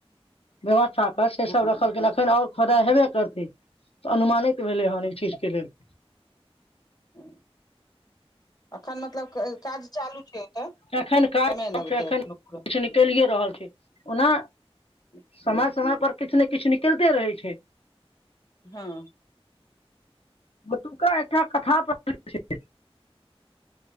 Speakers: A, on the left (about 65°); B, on the left (about 40°).
A: व्यवथा साकर से
B: हँ
A: सब रखलखिन एखन आओर खोदाइ हेबे करतै तऽ अनुमानित भेलै हन अई चीजके लेल
B: ह एखन मतलब काज चालू छै ओतऽ
A: एखन कखन
B: समय लगतै एखन
A: किछ
B: पूरा
A: निकलिय रहल छै ओना
B: के
A: समय
B: लिए।
A: समय पर किछु ने किछु निकलते रहै छै
B: हँ
A: ओतुका एकटा कथा प्रसिद्ध छै